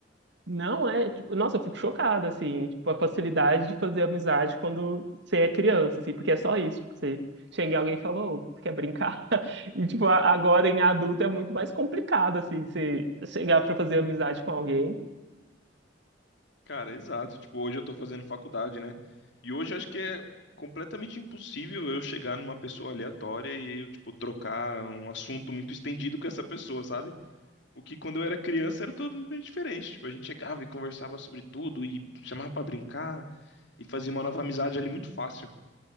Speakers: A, on the right (about 65°); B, on the left (about 65°).
A: Não é, tipo, nossa, eu fico chocada, assim, tipo, a facilidade de fazer amizade quando você é criança, assim, porque é só isso, tipo, você chega em alguém e fala, ô, você quer brincar? <laughs> E, tipo, a- agora em adulto é muito mais complicado, assim, você chegar pra fazer amizade com alguém.
B: Cara, exato. Tipo, hoje eu tô fazendo faculdade, né? E hoje eu acho que é completamente impossível eu chegar numa pessoa aleatória e eu, tipo, trocar um assunto muito estendido com essa pessoa, sabe? O que quando eu era criança era todo mundo bem diferente. Tipo, a gente chegava e conversava sobre tudo e chamava pra brincar e fazia uma nova amizade ali muito fácil.